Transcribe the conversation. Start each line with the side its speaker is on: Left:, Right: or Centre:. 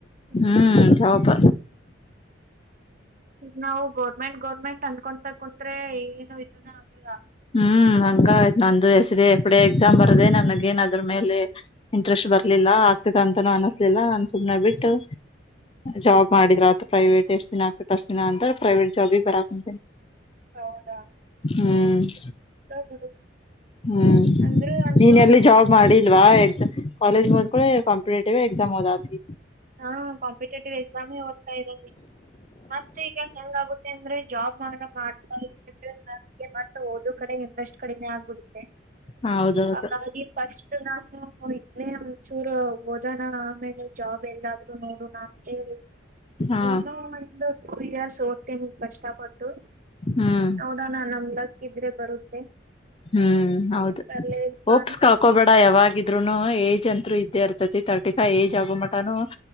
Right: ನಿಮ್ದೆ
Left: ಹ್ಮ್
Right: ಚೊಲೋ.
Left: ಜಾಬ್
Right: ಈಗ ನಾವು ಗೋರ್ಮೆಂಟ್ ಗೋರ್ಮೆಂಟ್ ಅಂದಕೊಂತ ಕುಂತ್ರೆ ಏನು ಇದುನ್ನೇ ಆಗೊಲ್ಲಾ.
Left: ಹ್ಮ್ ಹಂಗ ಆಯ್ತ ನಂದು ಎಸ್ಡಿಎ ಎಪ್ಡಿಎ. ಎಕ್ಸಾಮ್ ಬರ್ದೇ ನನಗೇನ ಅದ್ರ ಮೇಲೆ ಇಂಟ್ರೆಸ್ಟ್ ಬರ್ಲಿಲ್ಲ ಆಗ್ತೆತ ಅಂತನೂ ಅನಸ್ಲಿಲ್ಲಾ ನಾನ್ ಸುಮ್ನೆ ಬಿಟ್. ಟ. ಜಾಬ್ ಮಾಡಿದ್ರ ಆತ್ ಪ್ರೈವೇಟ್ ಎಷ್ಟ್ ದಿನಾ ಆಗ್ತೆತ್ ಅಷ್ಟ್ ದಿನಾ ಅಂತೇಳಿ ಪ್ರೈವೇಟ್ ಜಾಬಿ ಬರಾಕುಂತಿನ.
Right: ಹೌದಾ.
Left: ಹ್ಮ್.
Right: ಚೊಲೋ ಬಿಡು.
Left: ಹ್ಮ್
Right: ಅಂದ್ರು ಒಂದು
Left: ನೀನೆಲ್ಲಿ
Right: ಮನಿಗೆ
Left: ಜಾಬ್ ಮಾಡಿಲ್ವಾ ಎಕ್ಸ ಕಾಲೇಜ್ ಮೂದ್ಕೂಳೆ. ಕಂಪಟೇಟಿವ ಎಕ್ಸಾಮ್ ಓದಾತಿ.
Right: ಹಾ ಕಾಂಪಿಟೇಟಿವ್ ಎಕ್ಸಾಮೇ ಓದ್ತಾ ಇದೀನಿ ಮತ್ತೆ ಈಗ ಹೆಂಗ ಆಗುತ್ತೆ ಅಂದ್ರೆ. ಜಾಬ್ ಮಾಡೋ ಮಾಡ್ತಾ ನಮಗೆ ಮತ್ತ ಓದೋದ್ ಕಡೆ ಇಂಟ್ರೆಸ್ಟ್ ಕಡಿಮೆ ಆಗ್ಬಿಡುತ್ತೆ.
Left: ಹೌದೌದು
Right: ಹಂಗಾಗಿ ಫಸ್ಟ್ ನಾನು ಇದನೇ ಒಂಚೂರ್ ಓದೋನಾ ಆಮೇಲೆ ಜಾಬ್. ಬೆಲ್ಲಾದ್ರು ನೋಡುಣಾಂತೇಳಿ
Left: ಹಾ
Right: ಇನ್ನೂ ಒಂದ್ ಟೂ ಇಯರ್ಸ್ ಓದ್ಬೇಕ. ನೀ ಕಷ್ಟಪಟ್ಟು
Left: ಹ್ಮ್
Right: ನೋಡೋಣ ನಮ್ಲಕ್ ಇದ್ರೆ ಬರುತ್ತೆ
Left: ಹ್ಮ್ ಹೌದು
Right: ಬರ್ಲಿಲ್ಲಪ್ಪ
Left: ಓಪ್ಸ್
Right: ಅಂದ್ರ
Left: ಕ ಹಾಕೋಬೇಡ ಯಾವಾಗಿದ್ರುನು ಏಜ್ ಅಂತತ್ೂ ಇದ್ದೇ ಇರ್ತತಿ ತರ್ಟಿ ಫೈವ್ ಏಜ್ ಆಗೋ ಮಟಾನು